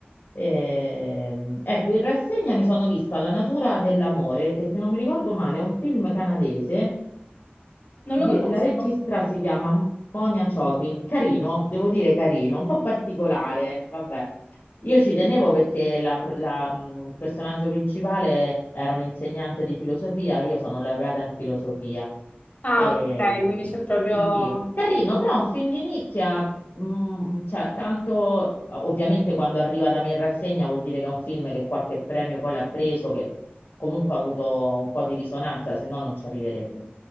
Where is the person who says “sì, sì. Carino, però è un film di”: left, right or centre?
Left